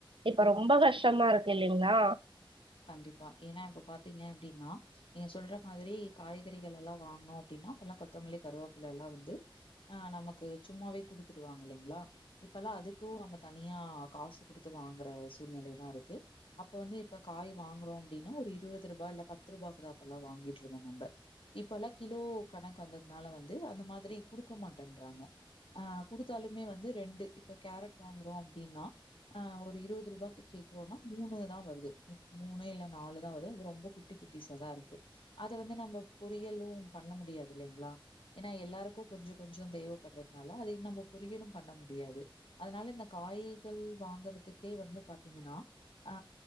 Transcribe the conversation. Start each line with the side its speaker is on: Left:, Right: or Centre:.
Right: இப்ப ரொம்ப கஷ்டமாருக்கு இல்லிங்ளா
Left: கண்டிப்பா ஏனா இப்ப பாத்தீங்க அப்டின்னா நீங்க சொல்ற மாதிரி காய்கறிகளெல்லா வாங்னோ அப்டினா இப்பல்லா கொத்தமல்லி கருவேப்பில எல்லா வந்து ஆ நமக்கு சும்மாவே குடுத்துட்டுவாங்க இல்லெங்ளா இப்பல்லா அதுக்கும் நம்ம தனியா காசு குடுத்து வாங்குற சூழ்நிலைதா இருக்கு அப்ப வந்து இப்ப காய் வாங்குறோ அப்டின்னா ஒரு இருவது ரூபா இல்ல பத்து ரூபாக்கு தா அப்பல்லா வாங்கிட்ருந்தோ நம்ப இப்பல்லா கிலோ கணக்கு வந்ததுனால வந்து அந்த மாதிரி குடுக்க மாட்டேன்றாங்க ஆ குடுத்தாலுமே வந்து ரெண்டு இப்ப கேரட் வாங்குறோ அப்டின்னா அ ஒரு இருவது ரூபாக்கு கேக்குறோனா மூணு தா வருது மூணு இல்ல நாலுதா வரு அது ரொம்ப குட்டி குட்டிசாதாருக்கு அத வந்து நம்ம பொரியலு பண்ண முடியாதில்லைங்ளா என்னா எல்லாருக்கு கொஞ்சோ கொஞ்சோ தேவப்பட்றதுனால அதயு நம்ம பொரியலும் பண்ண முடியாது அதனால இந்த காய்கள் வாங்கறதுக்கே வந்து பாத்தீங்கன்னா ஆ